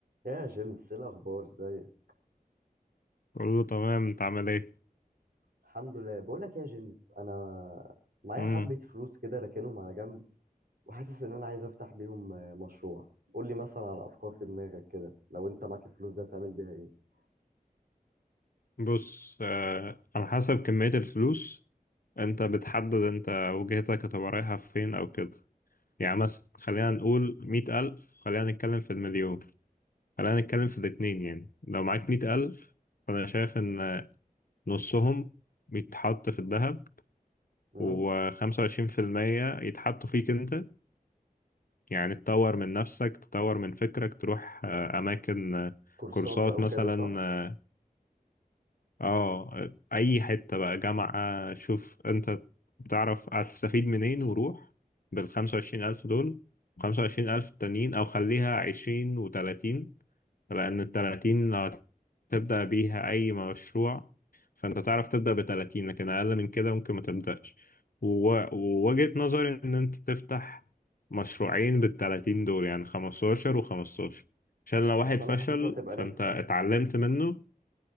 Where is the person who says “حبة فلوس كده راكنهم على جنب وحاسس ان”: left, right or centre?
Right